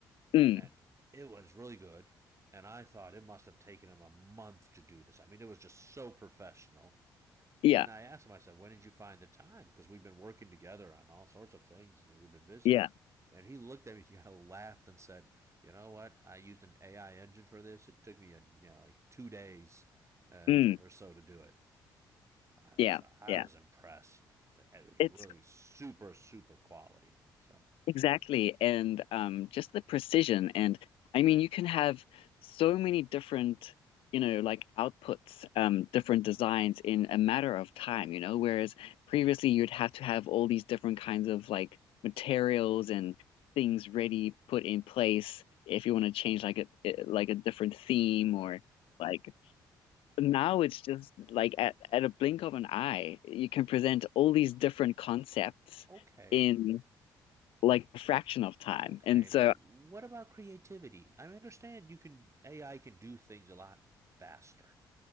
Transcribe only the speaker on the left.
Mm.
Yeah,
yeah.
Mm,
yeah,
yeah.
It's
exactly. And um, just the precision. And I mean, you can have so many different, you know, like outputs, um, different designs in a matter of time, you know, whereas previously you'd have to have all these different kinds of like materials and things ready, put in place if you want to change like a eh, like a different theme
or like now it's just like at, at a blink of an eye, you can present all these different concepts
in like a fraction of time.
And so,